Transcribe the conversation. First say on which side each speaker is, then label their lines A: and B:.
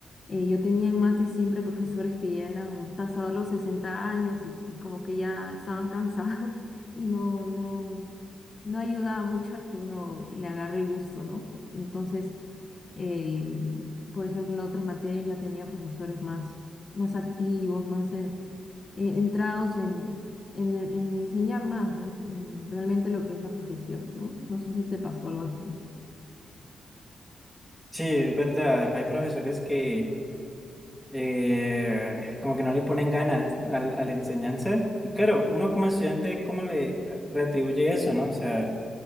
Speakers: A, on the left (about 45°); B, in the centre.
A: eh, yo tenía en mate siempre profesores que ya eran pasados los 60 años y como que ya estaban cansados <laughs> y no, no, no ayudaba mucho a que uno le agarre el gusto, ¿no? Entonces, eh, por ejemplo, en otras materias ya tenía profesores más, más activos, más eh, eh, entrados en, en, el- en enseñar más, ¿no? Es- En realmente lo que es la profesión, ¿no? No sé si te pasó algo así.
B: Sí, es verdad, hay profesores que eh, como que no le ponen ganas al- a, la enseñanza. Y claro, uno como estudiante, ¿cómo le retribuye eso, no? O sea,